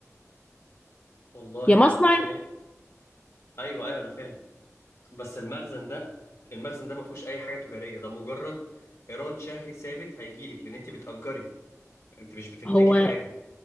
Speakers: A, on the left; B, on the left.
A: والله
B: يا
A: يعني
B: مصنع
A: انا شايف ايوه ايوه انا فاهم بس المخزن ده المخزن ده ما فيهوش اي حاجه تجاريه ده مجرد ايراد شهري ثابت هيجيلك لان انت بتأجري انت مش بتنتجي
B: هو
A: حاجه